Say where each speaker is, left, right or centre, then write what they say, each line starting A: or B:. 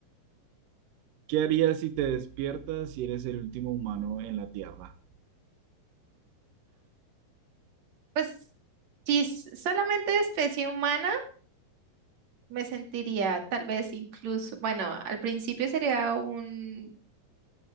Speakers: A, on the right (about 75°); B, on the right (about 50°).
A: ¿Qué harías si te despiertas y eres el último humano en la Tierra?
B: Pues si s- solamente especie humana, me sentiría tal vez incluso, bueno, al principio sería un,